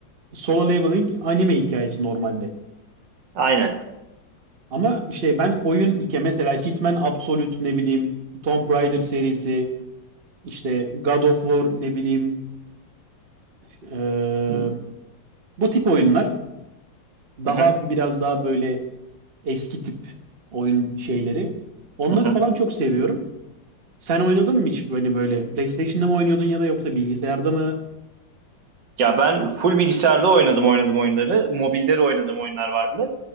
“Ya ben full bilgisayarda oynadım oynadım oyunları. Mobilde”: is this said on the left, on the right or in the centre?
Right